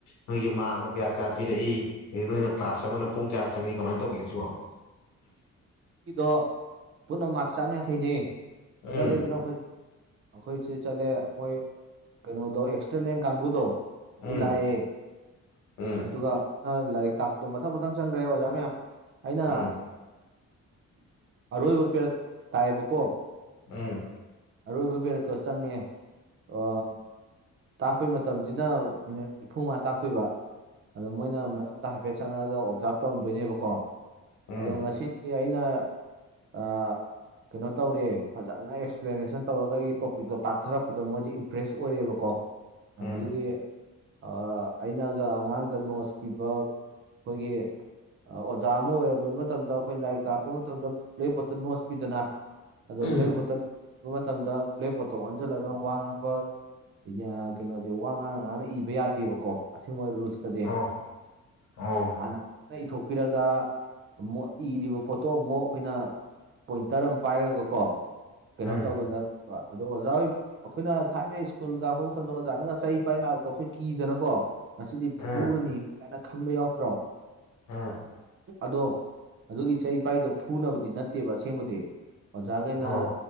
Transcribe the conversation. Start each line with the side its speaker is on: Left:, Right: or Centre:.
Left: ꯅꯣꯢꯒꯤ ꯃꯥꯔꯛꯅ ꯀꯌꯥ ꯀꯌꯥ ꯄꯤꯔꯛꯏ ꯑꯗꯒꯤ ꯅꯣꯢꯅ ꯀ꯭ꯂꯥꯁ ꯆꯪꯕꯅ ꯄꯨꯡ ꯀꯌꯥ ꯆꯪꯏ ꯀꯃꯥꯢꯅ ꯇꯧꯒꯦ ꯁꯤꯕꯣ꯫ ꯎꯝꯍꯝ
Right: ꯀꯤꯗꯣ ꯄꯨꯟꯅ ꯃꯥꯛ ꯆꯥꯝꯌꯥꯡꯈꯩꯅꯦ
Left: ꯎꯝ
Right: ꯆꯠꯂꯦꯗꯅ ꯑꯩꯈꯣꯢꯁꯦ ꯆꯠꯂꯦ ꯃꯣꯢ ꯀꯩꯅꯣꯗꯣ ꯑꯦꯛꯁꯇꯔꯅꯦꯟ ꯀꯥꯡꯒꯨꯗꯣ ꯑꯗꯨ
Left: ꯎꯝ
Right: ꯂꯥꯛꯑꯦ꯫
Left: ꯎꯝ
Right: ꯑꯗꯨꯒ ꯑ ꯂꯥꯢꯔꯤꯛ ꯇꯥꯛꯄꯗꯣ ꯃꯊꯪ ꯃꯊꯪ ꯆꯪꯈ꯭ꯔꯦ ꯑꯣꯖꯥ ꯃꯌꯥꯝ꯫ ꯑꯩꯅ
Left: ꯎꯝ
Right: ꯑꯔꯣꯢꯕ ꯄꯦꯔꯠ ꯇꯥꯢꯌꯦꯕꯀꯣ꯫
Left: ꯎꯝ
Right: ꯑꯔꯣꯢꯕ ꯄꯦꯔꯠꯇꯣ ꯆꯪꯉꯦ ꯑ
Left: ꯎꯝ
Right: ꯇꯥꯛꯄꯩ ꯃꯇꯝꯖꯤꯅ ꯃꯤꯅꯠ ꯅꯤꯐꯨꯃꯉꯥ ꯇꯥꯛꯇꯣꯢꯕ ꯑꯗꯣ ꯃꯣꯢꯅ ꯃꯔꯛ ꯇ ꯍꯥꯢꯐꯦꯠ ꯆꯪꯉꯛꯑꯒ ꯑꯣꯞꯖꯥꯔꯞ ꯇꯧꯔꯝꯗꯣꯢꯅꯦꯕꯀꯣ
Left: ꯎꯝ
Right: ꯑꯗꯣ ꯉꯁꯤꯗꯤ ꯑꯩꯅ ꯑ ꯀꯩꯅꯣ ꯇꯧꯔꯦ ꯐꯖꯟꯅ ꯑꯦꯛꯁꯄ꯭ꯂꯦꯅꯦꯁꯟ ꯇꯧꯔꯒ ꯑꯩꯒꯤ ꯇꯣꯄꯤꯛꯇꯣ ꯇꯥꯛꯊꯔꯛꯄꯗ ꯃꯣꯢꯗꯤ ꯏꯝꯄ꯭ꯔꯦꯁ ꯑꯣꯢꯔꯦꯕꯀꯣ꯫
Left: ꯎꯝ
Right: ꯑꯗꯒꯤꯗꯤ ꯑ ꯑꯩꯅꯒ ꯑꯉꯥꯡꯗ ꯅꯣꯠꯁ ꯄꯤꯕ ꯑꯈꯣꯢꯒꯤ ꯑ ꯑꯣꯖꯥ ꯑꯃ ꯑꯣꯢꯔꯕ ꯃꯇꯝꯗ ꯑꯩꯈꯣꯢ ꯂꯥꯢꯔꯤꯛ ꯇꯥꯛꯄ ꯃꯇꯝꯗ ꯕ꯭ꯂꯦꯛ ꯕꯣꯔꯠꯇ ꯅꯣꯠꯁ ꯄꯤꯗꯅ ꯑꯗꯣ
Left: ꯎꯝ
Right: ꯕ꯭ꯂꯦꯛꯕꯣꯔꯠꯇ ꯃꯇꯝꯗ ꯕ꯭ꯂꯦꯛꯕꯣꯔꯠꯇ ꯑꯣꯟꯖꯥꯜꯂꯒ ꯋꯥ ꯉꯥꯡꯕ ꯗꯩ ꯑ ꯀꯩꯅꯣꯖꯦ ꯋꯥ ꯉꯥꯡꯅ ꯉꯥꯡꯅ ꯏꯕ ꯌꯥꯗꯦꯕꯀꯣ ꯑꯁꯦꯡꯕ ꯔꯨꯜꯁꯇꯗꯤ
Left: ꯑꯣ ꯑꯣ
Right: ꯍꯥꯟꯅ ꯐꯖꯅ ꯏꯊꯣꯛꯄꯤꯔꯒ ꯑꯃꯨꯛ ꯏꯔꯤꯕ ꯄꯣꯠꯇꯣ ꯑꯃꯨꯛ ꯑꯩꯈꯣꯢꯅ ꯄꯣꯢꯟꯇꯔ ꯑꯃ ꯄꯥꯢꯔꯒꯀꯣ ꯀꯩꯅꯣ
Left: ꯎꯝ
Right: ꯇꯧꯒꯗꯕ ꯑꯗꯣ ꯑꯣꯖꯥ ꯑꯣꯢ ꯑꯩꯈꯣꯢꯅ ꯊꯥꯢꯅ ꯁ꯭ꯀꯨꯜ ꯀꯔꯛꯄ ꯃꯇꯝꯗ ꯑꯣꯖꯥꯅꯔꯒ ꯆꯩ ꯄꯥꯢ ꯂꯥꯛꯕꯗꯣ ꯑꯩꯈꯣꯢ ꯀꯤꯗꯅꯀꯣ ꯉꯁꯤꯗꯤ
Left: ꯎꯝ
Right: ꯐꯨꯔꯅꯤ ꯀꯥꯢꯅ ꯈꯟꯕ ꯌꯥꯎꯗ꯭ꯔꯣ
Left: ꯎꯝ
Right: ꯑꯗꯣ ꯑꯗꯨꯒꯤ ꯆꯩ ꯄꯥꯢꯗꯣ ꯐꯨꯅꯕꯗꯤ ꯅꯠꯇꯦꯕ ꯑꯁꯦꯡꯕꯗꯤ ꯑꯣꯖꯥꯒꯩꯅ
Left: ꯑꯣ